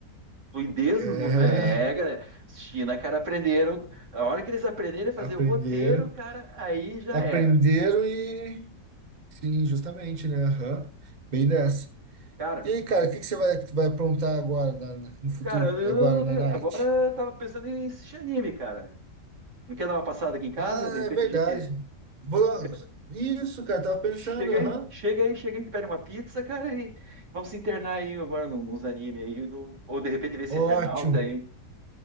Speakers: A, on the right; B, on the right.
A: fluidez
B: É,
A: nos movimentos. É, galera. Os China, cara, aprenderam. A hora que eles aprenderem a fazer
B: aprenderam.
A: o roteiro, cara, aí já
B: Aprenderam
A: era.
B: e. Sim, justamente, né? Aham. Bem dessa.
A: Cara,
B: E aí, cara,
A: eu-
B: o que que você vai, vai aprontar agora, na- na- no futuro,
A: cara, eu
B: agora
A: eu não
B: na
A: tenho.
B: night?
A: Agora eu tava pensando em assistir anime, cara. Não quer dar uma passada aqui em casa?
B: Ah,
A: De repente
B: é verdade.
A: a gente.
B: Vamos.
A: Não quer...
B: Isso, cara, tava pensando,
A: Chega
B: aham.
A: aí, chega aí, chega aí, pede uma pizza, cara, e vamos se internar aí agora num- nos animes aí. no- Ou de repente ver esse
B: Ótimo.
A: Eternauta aí.